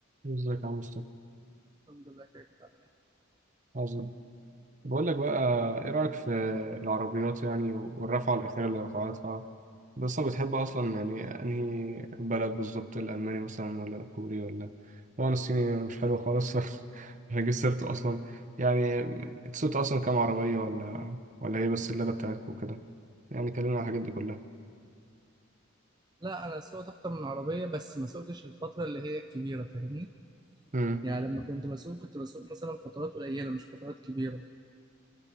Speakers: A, on the right; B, on the right.
A: ازيك يا مصطفى
B: الحمد لله كريم بتعمل ايه
A: عظيم بقول لك بقى ايه رأيك في العربيات يعني والرفعة الأخيرة اللي رفعتها بس انا بتحب اصلا يعني انهي بلد بالظبط الألماني مثلا ولا الكوري ولا هو أنا الصيني مش حلو خالص <laughs> مش هجيب سيرته اصلا يعني سوقت اصلا كام عربية ولا ولا هي بس اللادة بتاعتكم وكده يعني كلمنا عن الحاجات دي كلها
B: لا انا سوقت اكتر من عربيه بس ما سوقتش الفتره اللي هي الكبيره فاهمني
A: امم
B: يعني لما كنت بسوق كنت بسوق مثلا فترات قليله مش فترات كبيره